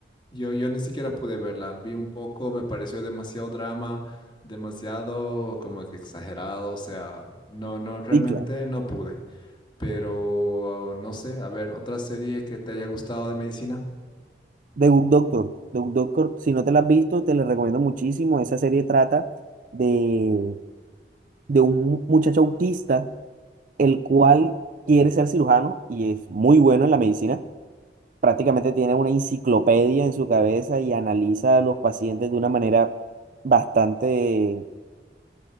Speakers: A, on the left; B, on the right.
A: Yo, yo ni siquiera pude verla. Vi un poco, me pareció demasiado drama, demasiado como que exagerado. O sea, no, no, realmente
B: Sí, claro.
A: no pude. Pero no sé, a ver, otra serie que te haya gustado de medicina.
B: The Good Doctor. The Good Doctor, si no te la has visto, te la recomiendo muchísimo. Esa serie trata de, de un muchacho autista el cual quiere ser cirujano y es muy bueno en la medicina. Prácticamente tiene una enciclopedia en su cabeza y analiza a los pacientes de una manera bastante,